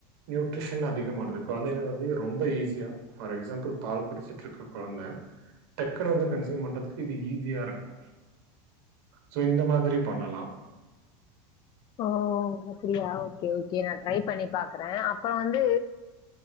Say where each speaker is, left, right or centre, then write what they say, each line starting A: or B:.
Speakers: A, on the right; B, on the left.
A: நியூட்ரிஷன் அதிகமானது குழந்தைங்க. இதயே ரொம்ப ஈஸியா பார் எக்ஸாம்பிள் பால் குடிச்சிட்டு ட்ருக்கு குழந்த டக்குனு வந்து கன்சியூம் பண்றதுக்கு இது ஈஸியா இருக்கு. சோ இந்த மாதிரி பண்ணலா
B: ஓ அப்படியா ஓகே ஓகே நா ட்ரை பண்ணி பாக்குறே அப்றோ வந்து.